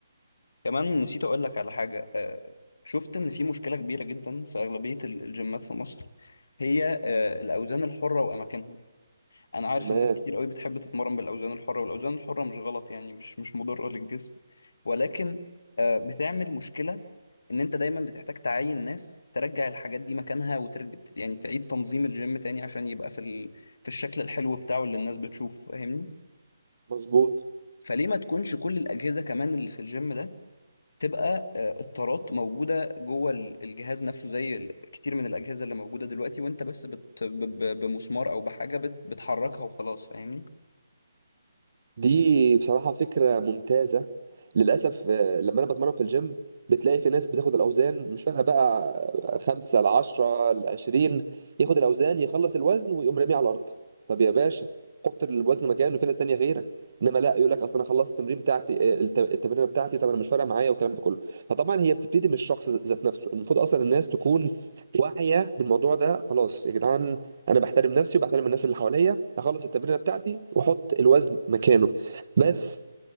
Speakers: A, on the left (about 65°); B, on the right (about 50°).
A: كمان نسيت اقول لك على حاجه آه، شفت ان في مشكله كبيره جدا في اغلبيه ال- الجيمات في مصر هي آه، الاوزان الحره واماكنها انا عارف
B: تمام
A: ان ناس كتير قوي بتحب تتمرن بالاوزان الحره والاوزان الحره مش غلط يعني مش مش مضره للجسم ولكن آه، بتعمل مشكله ان انت دايما بتحتاج تعين ناس ترجع الحاجات دي مكانها وترجع يعني تعيد تنظيم الجيم تاني عشان يبقى في ال... في الشكل الحلو بتاعه اللي الناس بتشوفه فاهمني
B: مظبوط
A: فليه ما تكونش كل الاجهزه كمان اللي في الجيم ده تبقى آه، التارات موجودة جوه ال- الجهاز نفسه زي ال- كتير من الأجهزة اللي موجودة دلوقتي وأنت بس بت ب- ب- بمسمار أو بحاجة بت بتحركها وخلاص فاهمني؟
B: دي بصراحة فكرة ممتازة للأسف آه، لما أنا بتمرن في الجيم بتلاقي في ناس بتاخد الأوزان مش فارقة بقى آه، خمسة لعشرة لعشرين ياخد الأوزان يخلص الوزن ويقوم راميه على الأرض طب يا باشا حط الوزن مكانه في ناس تانية غيرك إنما لا يقول لك أصل أنا خلصت التمرين بتاعتي آه، الت- التمرينة بتاعتي طب أنا مش فارقة معايا والكلام ده كله فطبعا هي بتبتدي من الشخص ذات نفسه المفروض أصلا الناس تكون واعية بالموضوع ده خلاص يا جدعان انا بحترم نفسي وبحترم الناس اللي حواليا هخلص التمرينه بتاعتي واحط الوزن مكانه بس